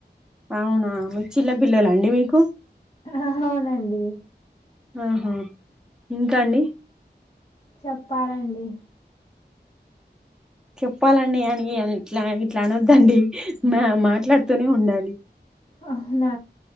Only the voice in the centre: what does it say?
అవున చిన్న పిల్లలండి మీకు
ఆహా ఇంక అండి
చెప్పాలండి అని ఇట్ల ఇట్ల అనొద్దండి మా మాట్లాడుతూనే ఉండాలి